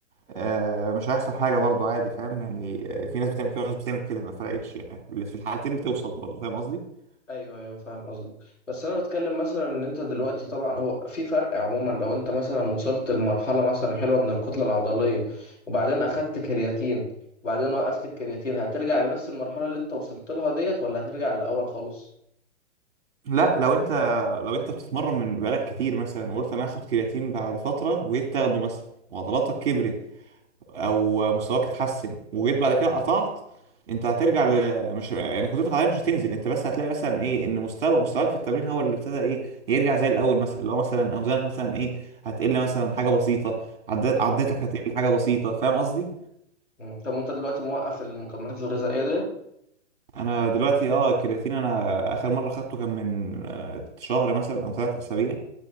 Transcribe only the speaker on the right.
آه، مش هيحصل حاجه برضو عادي فاهم يعني آه، في ناس بتعمل كده وناس بتعمل كده ما فرقتش يعني اللي في الحالتين بتوصل برضو فاهم قصدي
لا لو انت لو انت بتتمرن من بقالك كتير مثلا وقلت انا هاخد كرياتين بعد فتره وجيت تاخده مثلا وعضلاتك كبرت او مستواك اتحسن وجيت بعد كده قطعت انت هترجع ل... مش يعني قدرتك العضليه مش هتنزل انت بس هتلاقي مثلا ايه ان مستوى مستواك في التمرين هو اللي ابتدى ايه يرجع زي الاول مثلا اللي هو مثلا اوزانك مثلا ايه هتقل مثلا حاجه بسيطه عد... عداتك
هتقل حاجه بسيطه فاهم قصدي
انا دلوقتي اه الكرياتين انا اخر مره خدته كان من آه، شهر مثلا او ثلاث اسابيع